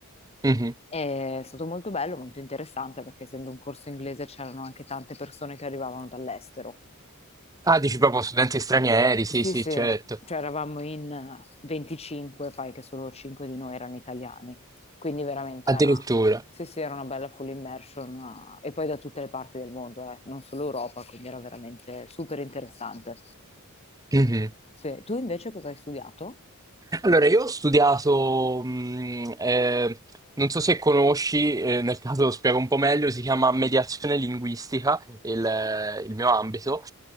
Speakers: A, on the right (about 15°); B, on the left (about 30°).
A: Mhm.
B: È stato molto bello, molto interessante perché essendo un corso inglese c'erano anche tante persone che arrivavano dall'estero.
A: Ah, dici proprio studenti stranieri, sì,
B: Sì,
A: sì,
B: sì,
A: certo.
B: cioè eravamo in eh, 25, fai che solo 5 di noi erano italiani, quindi veramente
A: Addirittura.
B: era, sì, sì, era una bella full immersion, eh, e poi da tutte le parti del mondo, eh, non solo Europa, quindi era veramente super interessante.
A: Mhm.
B: Sì. Tu invece cosa hai studiato?
A: Allora, io ho studiato, mh, eh, non so se conosci, eh, nel caso lo spiego un po' meglio, si chiama mediazione linguistica, il, il mio ambito,